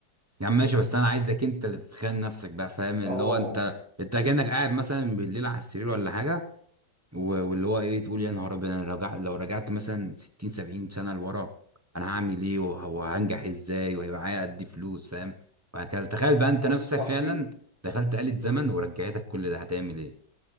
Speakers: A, on the right; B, on the right.
A: يا عم ماشي بس انا عايزك انت اللي تتخيل نفسك بقى فاهم اللي
B: اه
A: هو انت انت كأنك قاعد مثلا بالليل على السرير ولا حاجة و- واللي هو ايه تقول يا نهار ابيض انا رجع لو رجعت مثلا 60 70 سنه لورا انا هعمل ايه وه- وهنجح ازاي وهيبقى معايا قد ايه فلوس فاهم وهكذا تخيل بقى انت
B: بص
A: نفسك
B: يا صاحبي
A: فعلا دخلت آلة زمن
B: امم
A: ورجعتك كل ده هتعمل ايه